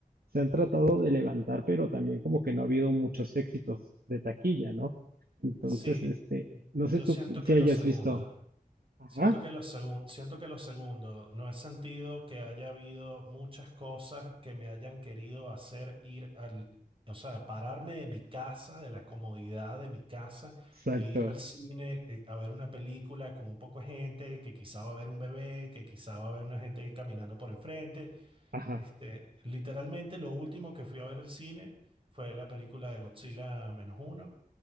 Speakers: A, on the right (about 80°); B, on the right (about 35°).
A: se han tratado de levantar, pero también como que no ha habido muchos éxitos de taquilla, ¿no? Entonces,
B: Sí,
A: este, no
B: yo
A: sé tú
B: siento
A: qué-
B: que
A: si
B: los
A: hayas
B: segundos.
A: visto. Ajá,
B: Siento que los segun- siento que lo segundo, no he sentido que haya habido muchas cosas que me hayan querido hacer ir al, o sea, pararme de mi casa, de la comodidad de mi casa,
A: exacto.
B: e ir al cine eh, a ver una película con un poco de gente, que quizá va a haber un bebé, que quizá va a haber una gente caminando por enfrente.
A: Ajá.
B: Este, literalmente lo último que fui a ver al cine fue la película de Godzilla menos uno,